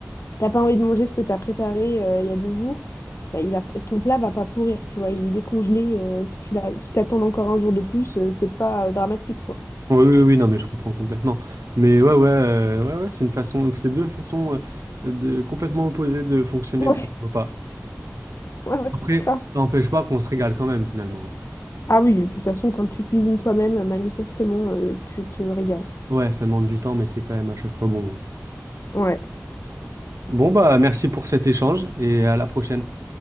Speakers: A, on the left; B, on the right.
A: t'as pas envie de manger ce que tu as préparé euh, il y a deux jours, bah, il va, ton plat va pas pourrir, tu vois, il est congelé, euh, que tu l'as, qu'il t'attende encore un jour de plus, euh, c'est pas euh, dramatique, quoi.
B: Oui, oui, oui, non, mais je comprends complètement. Mais ouais, ouais, euh, ouais, ouais, c'est une façon, c'est deux façons euh, de, complètement opposées de fonctionner
A: Ouais.
B: pour les repas.
A: Ouais, ouais,
B: Après,
A: grave.
B: ça n'empêche pas qu'on se régale quand même finalement.
A: Ah oui, de toute façon, quand tu cuisines toi-même, euh, manifestement, euh, tu te régales.
B: Ouais, ça demande du temps, mais c'est quand même à chaque fois bon. ouais.
A: Ouais.
B: Bon, bah merci pour cet échange et à la prochaine.